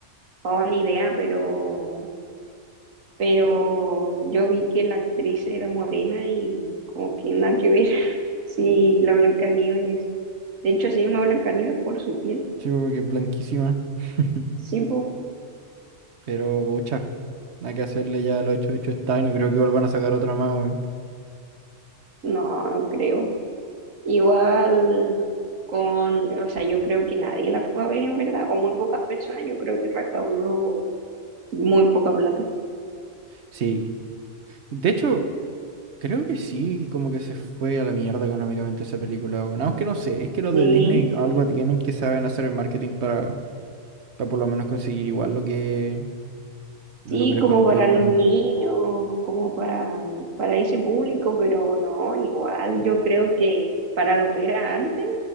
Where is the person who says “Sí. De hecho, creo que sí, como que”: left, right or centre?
Right